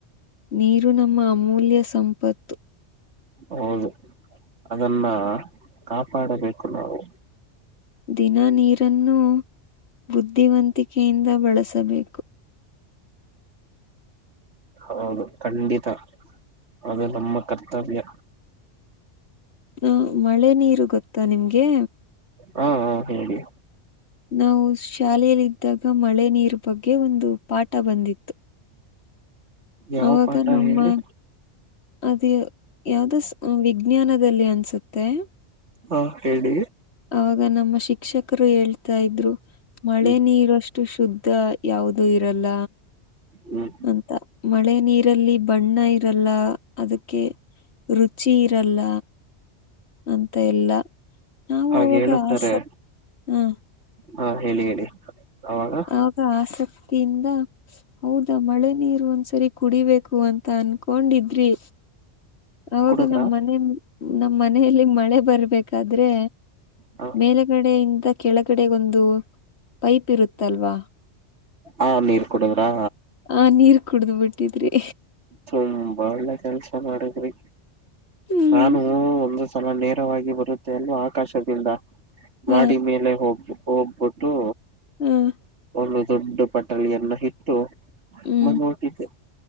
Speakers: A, on the left (about 65°); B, on the right (about 70°).
A: ನೀರು ನಮ್ಮ ಅಮೂಲ್ಯ ಸಂಪತ್ತು.
B: ಹೌದು ಅದನ್ನ ಕಾಪಾಡಬೇಕು ನಾವು.
A: ದಿನ ನೀರನ್ನು ಬುದ್ಧಿವಂತಿಕೆಯಿಂದ ಬಳಸಬೇಕು.
B: ಹೌದು ಖಂಡಿತ ಅದು ನಮ್ಮ ಕರ್ತವ್ಯ.
A: ಹ ಮಳೆ ನೀರು ಗೊತ್ತಾ ನಿಮ್ಗೆ.
B: ಹಾ ಹಾ ಹೇಳಿ
A: ನಾವು ಶಾಲೆಯಲ್ಲಿದ್ದಾಗ ಮಳೆ ನೀರು ಬಗ್ಗೆ ಒಂದು ಪಾಠ ಬಂದಿತ್ತು.
B: ಯಾವ
A: ಅವಾಗ
B: ಪಾಠ
A: ನಮ್ಮ
B: ಹೇಳಿ
A: ಅದು ಯಾವ್ದ ವಿಜ್ಞಾನದಲ್ಲಿ ಅನ್ಸುತ್ತೆ.
B: ಹಾ ಹೇಳಿ
A: ಅವಾಗ ನಮ್ಮ ಶಿಕ್ಷಕರು ಹೇಳ್ತಾ ಇದ್ರು ಮಳೆ
B: ಹ್ಮ್
A: ನೀರಷ್ಟು ಶುದ್ ದ್ದ ಯಾವ್ದು ಇರಲ್ಲ
B: ಹ್ಮ್
A: ಅಂತ ಮಳೆ ನೀರಲ್ಲಿ ಬಣ್ಣ ಇರಲ್ಲ ಅದಕ್ಕೆ ರುಚಿ ಇರಲ್ಲ ಅಂತ ಇಲ್ಲ ನಾವು
B: ಹಾಗೆ
A: ಅವಾಗ
B: ಹೇಳುತ್ತಾರೆ
A: ಆಸಕ್ ಹ
B: ಹಾ ಹೇಳಿ ಹೇಳಿ ಅವಾಗ
A: ಆಗ ಆಸಕ್ತಿಯಿಂದ ಹೌದಾ ಮಳೆ ನೀರು ವಂ ಸರಿ ಕುಡಿಬೇಕು ಅಂತ ಅನ್ಕೊಂಡಿದ್ರಿ ಅವಾಗ
B: ಕುಡುದ್ರ
A: ನಮ್ಮ್ ಮನೆ ನಮ್ಮ್ ಮನೆಯಲ್ಲಿ ಮಳೆ ಬರ್ಬೇಕಾದ್ರೆ
B: ಹಾ
A: ಮೇಲಗಡೆಯಿಂದ ಕೆಳಗಡೆಗೊಂದು ಪೈಪ್ ಇರುತ್ತಲ್ವಾ
B: ಆ ನೀರ್ ಕುಡುದ್ರಾ
A: ಆ ನೀರ್ ಕುಡ್ದ್ ಬಿಟ್ಟಿದ್ರಿ
B: ತುಂಬಾ ಒಳ್ಳೆ ಕೆಲ್ಸ ಮಾಡಿದ್ರಿ
A: ಹ್ಮ್
B: ನಾನು ಒಂದು ಸಲ ನೇರವಾಗಿ ಬರುತ್ತೆ ಅಲ್ಲ ಆಕಾಶದಿಂದ
A: ಹ
B: ಮಾಡಿ ಮೇಲೆ ಹೋಗಿ ಹೋಗ್ಬಿಟ್ಟು
A: ಹ್ಮ್
B: ಒಂದು ದೊಡ್ಡ ಪಟಳಿಯನ್ನ ಇಟ್ಟು
A: ಹ್ಮ್
B: ಮಂದಟ್ಟಿದ್ದೆ